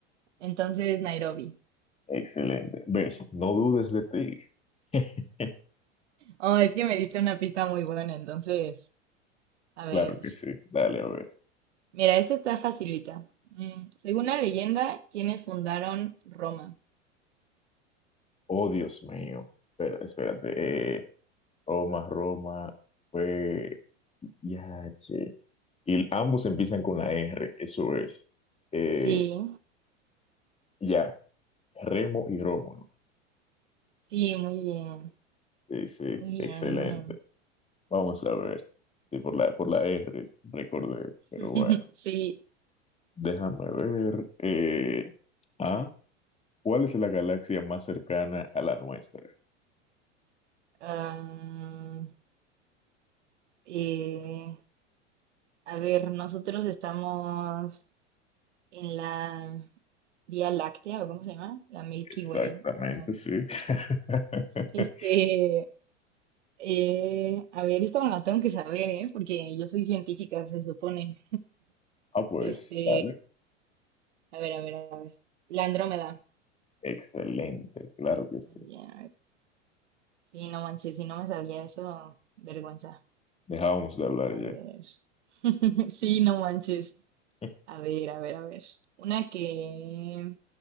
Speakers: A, on the right; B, on the left.
A: entonces Nairobi.
B: Excelente. ¿Ves? No dudes de ti. <laughs>
A: Oh, es que me diste una pista muy buena, entonces, a ver.
B: Claro que sí. Dale, a ver.
A: Mira, esta está facilita. Mm, según la leyenda, ¿quiénes fundaron Roma?
B: Oh, Dios mío. Espera, espérate. Eh, Roma, Roma, fue... Ya, che. Y ambos empiezan con la R, eso es. Eh,
A: Sí,
B: ya, Remo y Rómulo.
A: sí, muy bien,
B: Sí, sí,
A: muy bien.
B: excelente. Vamos a ver. Sí, por la, por la R, recordé, pero
A: <laughs>
B: bueno.
A: Sí,
B: Déjame ver. eh, ah, ¿cuál es la galaxia más cercana a la nuestra?
A: ah, eh, a ver, nosotros estamos en la Vía Láctea, ¿o cómo se llama? La Milky
B: Exactamente,
A: Way, no sé.
B: sí. <laughs>
A: Este, eh, a ver, esta me la tengo que saber, ¿eh? Porque yo soy científica, se supone.
B: Ah, pues,
A: Este,
B: dale.
A: a ver, a ver, a ver. La Andrómeda.
B: Excelente, claro que sí.
A: Ya, Sí, no manches, si no me sabía eso, vergüenza.
B: Dejábamos de hablar
A: A
B: ya.
A: ver. <laughs> Sí, no manches.
B: <laughs>
A: A ver, a ver, a ver. Una que...